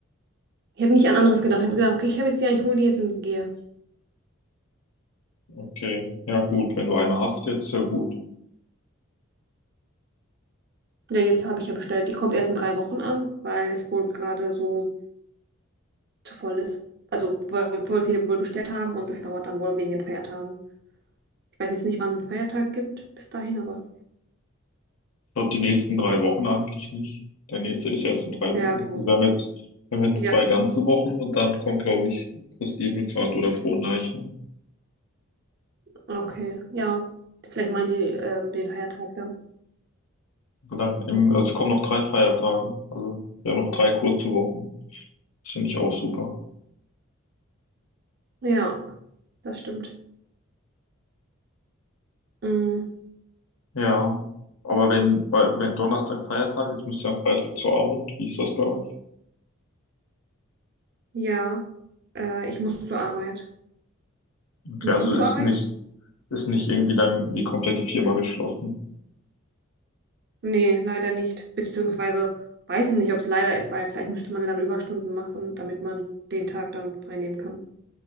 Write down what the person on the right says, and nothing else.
Ich habe nicht an anderes gedacht. Ich habe gesagt, okay, ich habe jetzt die, ich hole die jetzt und gehe.
Ja, jetzt habe ich ja bestellt. Die kommt erst in drei Wochen an, weil es wohl gerade so zu voll ist. Also, weil voll viele wohl bestellt haben und es dauert dann wohl wegen den Feiertagen. Ich weiß jetzt nicht, wann ein Feiertag gibt bis dahin, aber
ja,
genau.
Ja,
okay, ja. Vielleicht meinen die ähm, den Feiertag dann.
Ja, das stimmt. Mm,
ja, äh, ich muss zur Arbeit.
Musst
du zur
Arbeit?
Nee, leider nicht. Beziehungsweise weiß ich nicht, ob es leider ist, weil vielleicht müsste man ja dann Überstunden machen, damit man den Tag dann frei nehmen kann.